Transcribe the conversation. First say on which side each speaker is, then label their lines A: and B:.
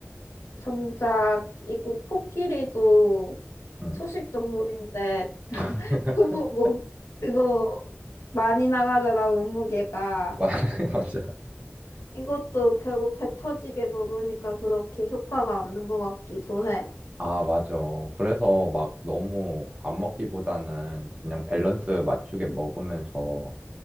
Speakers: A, on the left; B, on the right.
A: 정작, 이거 코끼리도
B: 응.
A: 초식 동물인데, <laughs>
B: <laughs>
A: 그거 몸, 그거 많이 나가잖아, 몸무게가.
B: 맞아.
A: 이것도 결국 배 터지게 먹으니까 그렇게 효과가 없는 것 같기도 해.
B: 아, 맞아. 그래서 막 너무 안 먹기보다는 그냥 밸런스 맞추게 먹으면서